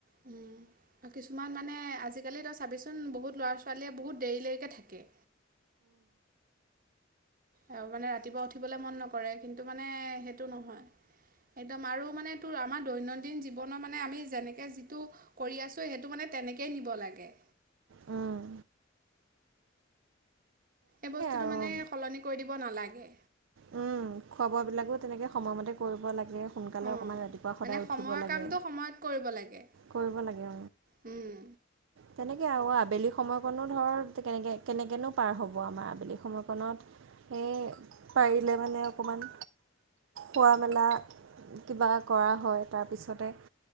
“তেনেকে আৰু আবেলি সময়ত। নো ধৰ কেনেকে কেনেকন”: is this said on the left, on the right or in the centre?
Right